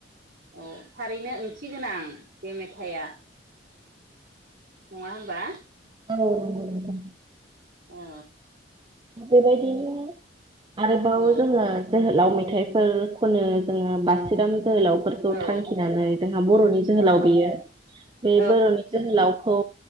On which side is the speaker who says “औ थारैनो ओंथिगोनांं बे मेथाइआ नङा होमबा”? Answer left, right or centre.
Right